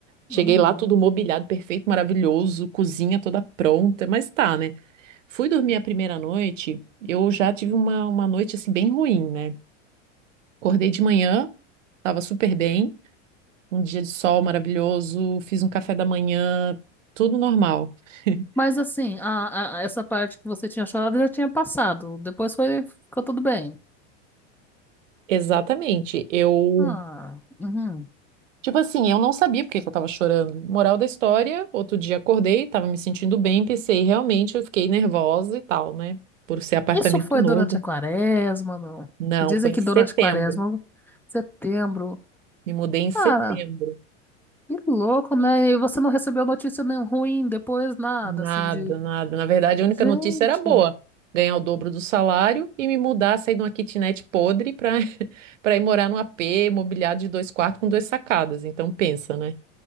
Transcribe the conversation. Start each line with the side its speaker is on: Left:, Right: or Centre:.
Right: Cheguei
Centre: Ah.
Right: lá tudo mobiliado, perfeito, maravilhoso, cozinha toda pronta, mas tá, né? Fui dormir a primeira noite, eu já tive uma, uma noite assim bem ruim, né? Acordei de manhã, tava super bem, um dia de sol maravilhoso, fiz um café da manhã, tudo normal. <laughs>
Centre: Mas assim, a, a- essa parte que você tinha chorado já tinha passado. Depois foi, ficou tudo bem.
Right: Exatamente. Eu,
Centre: Ah, uhum.
Right: tipo assim, eu não sabia por que que eu tava chorando. Moral da história, outro dia acordei, tava me sentindo bem, pensei, realmente eu fiquei nervosa e tal, né? Por ser apartamento
Centre: Isso foi
Right: novo.
Centre: durante a quaresma, não?
Right: Não,
Centre: E dizem
Right: foi
Centre: que
Right: em setembro.
Centre: durante a quaresma, setembro.
Right: Me mudei em setembro.
Centre: Ah. Que louco, né? E você não recebeu notícia nem ruim depois, nada,
Right: Nada,
Centre: assim, de...
Right: nada. Na verdade, a única
Centre: Gente,
Right: notícia era boa. Ganhar o dobro do salário e me mudar, sair de uma kitnet podre para <laughs> para ir morar num AP mobiliado de dois quartos com duas sacadas. Então, pensa, né?